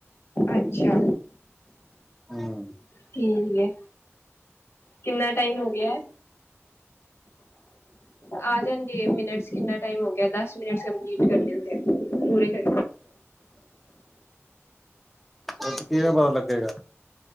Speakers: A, on the left; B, in the centre.
A: ਅੱਛਾ
B: ਹਮ।
A: ਠੀਕ ਹੈ ਕਿੰਨਾ ਟਾਈਮ ਹੋ ਗਿਆ ਹੈਂ? ਆ ਜਾਣਗੇ ਮਿੰਨਟ ਚ ਕਿੰਨਾ ਟਾਈਮ ਹੋ ਗਿਆ ਏ? ਦਸ ਮਿੰਨਟ ਕੰਪਲੀਟ ਕਰਨੇ ਹੁੰਦੇ ਏ। ਪੂਰੇ ਕਰ।
B: ਇਥੇ ਕਿਹੜਾ ਬਾਮ ਲੱਗੇਗਾ।